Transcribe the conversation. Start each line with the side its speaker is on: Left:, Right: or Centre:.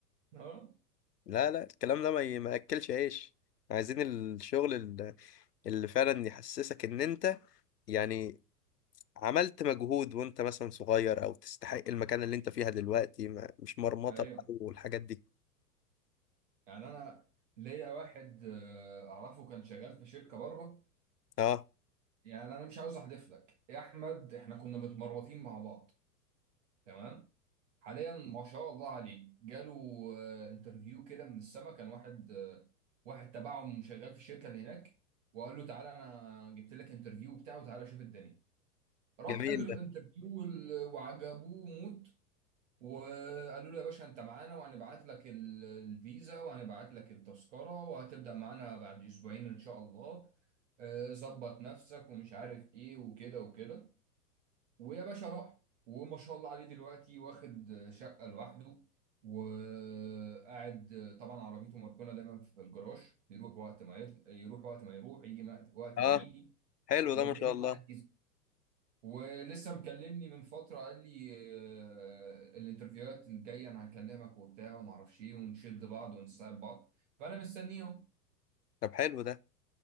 Right: اه
Left: لا لا الكلام ده ما ي- ما ياكلش عيش عايزين الشغل اللي فعلا يحسسك ان انت يعني عملت مجهود وانت مثلا صغير او تستحق المكان اللي انت فيها دلوقتي ما مش مرمطة
Right: ايوه
Left: بقى والحاجات دي
Right: يعني انا ليا واحد آه، اعرفه كان شغال في شركه بره
Left: اه
Right: يعني انا مش عاوز احلف لك يا احمد احنا كنا متمرطين مع بعض تمام حاليا ما شاء الله عليه جاله آه، انترفيو كده من السما كان واحد آه، واحد تبعهم شغال في الشركه اللي هناك وقال له تعالى انا جبت لك انترفيو بتاعه تعالى شوف الدنيا راح
Left: جميل
Right: حضر الانترفيو
Left: ده
Right: وال- وعجبوه موت وقالوا له يا باشا انت معانا وهنبعت لك ال- الفيزا وهنبعت لك التذكره وهتبدا معانا بعد اسبوعين ان شاء الله آه، ظبط نفسك ومش عارف ايه وكده وكده ويا باشا راح وما شاء الله عليه دلوقتي واخد شقه لوحده وقاعد طبعا عربيته مركونه دايما في الجراج يروح وقت ما يطل... يروح وقت ما يروح يجي وقت
Left: اه
Right: ما يجي
Left: حلو
Right: والدنيا
Left: ده ما شاء الله
Right: معاه ولسه مكلمني من فترة قال لي آه، الانترفيوهات الجاية أنا هكلمك وبتاع وما أعرفش إيه ونشد بعض ونساعد بعض فأنا مستنيهم
Left: طب حلو ده